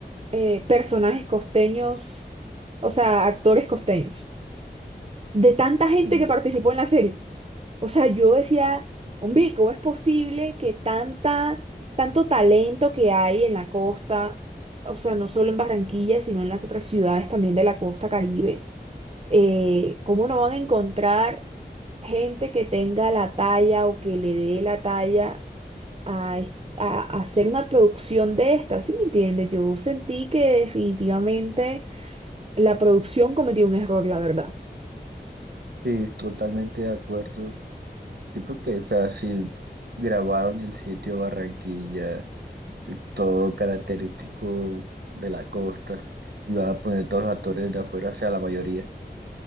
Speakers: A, on the right; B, on the right.
A: eh, personajes costeños, o sea, actores costeños, de tanta gente
B: Mm.
A: que participó en la serie. O sea, yo decía, hombre, ¿cómo es posible que tanta, tanto talento que hay en la costa, o sea, no solo en Barranquilla, sino en las otras ciudades también de la costa Caribe? eh, ¿cómo no van a encontrar gente que tenga la talla o que le dé la talla a, es- a- a hacer una producción de esta? ¿Sí me entiendes? Yo sentí que definitivamente la producción cometió un error, la verdad.
B: Sí, totalmente de acuerdo. Sí, porque, o sea, si grabaron el sitio Barranquilla todo característico de la costa. Iban a poner todos los actores de afuera, o sea, la mayoría.